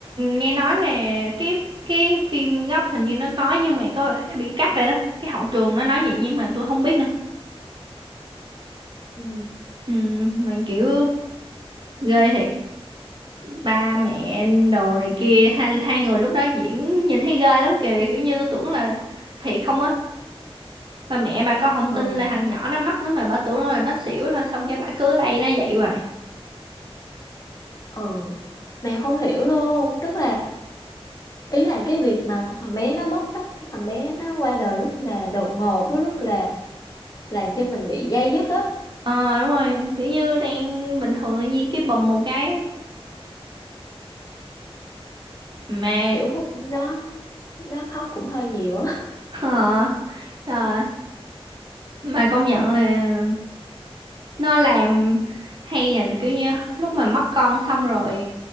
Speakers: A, on the right; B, on the left.
A: nghe nói là cái cái phim gốc hình như nó có nhưng mà có lẽ bị cắt rồi đó cái hậu trường nó nói vậy nhưng mà tôi không biết nữa
B: Ừ.
A: ừ, mà kiểu ghê thiệt ba mẹ đồ này kia hai, hai người lúc đó diễn nhìn thấy ghê lắm kìa kiểu như tôi tưởng là thiệt không á ba mẹ bà con không
B: Ừ,
A: tin là thằng nhỏ nó mắc nữa mà bà tưởng là nó xỉu thôi xong cái bà cứ lay nó vậy hoài
B: ừ. Mẹ không hiểu luôn, tức là ý là cái việc mà thằng bé nó mất đất, thằng bé nó qua đời rất là đột ngột với rất là làm cho mình bị day dứt á,
A: ờ đúng rồi kiểu như đang bình thường tự nhiên cái bùm một cái á. mà
B: kiểu lúc đó lúc đó khóc cũng hơi nhiều á, <laughs>
A: Hả? Rồi, mà công nhận là nó làm hay là kiểu như lúc mà mất con xong rồi